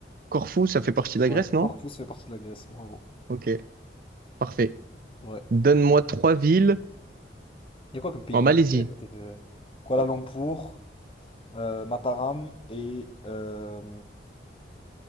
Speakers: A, on the right (about 50°); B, on the left (about 30°).
A: Corfou, ça fait partie de la
B: ouais.
A: Grèce, non?
B: Corpus fait partie de la Grèce, bravo.
A: Ok, parfait.
B: Ouais.
A: Donne-moi trois villes
B: Il y a quoi comme pays
A: en
B: qu'on
A: Malaisie.
B: a passé à côté de Kuala Lumpur, euh, Mataram et euh,